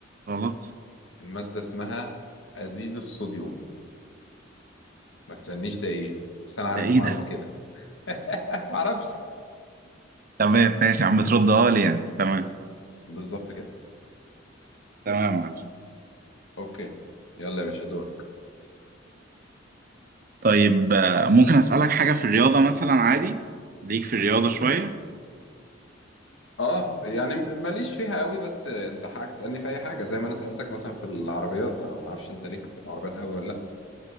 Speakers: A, on the right; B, on the left.
A: غلط
B: المادة اسمها أزيد الصوديوم ما تسألنيش ده ايه بس انا عارف
A: ده إيه
B: المعلومة
A: ده
B: كده <laughs> معرفش
A: تمام ماشي يا عم بتردها لي يعني تمام
B: بالظبط كده
A: تمام يا معلم
B: اوكي يلا يا باشا دورك
A: طيب آه، ممكن أسألك حاجة في الرياضة مثلا عادي ليك في الرياضة شوية
B: اه يعني م- ماليش فيها قوي بس انت حقك تسألني في اي حاجة زي ما انا سألتك مثلا في العربيات انا ما اعرفش انت ليك في العربيات قوي ولا لا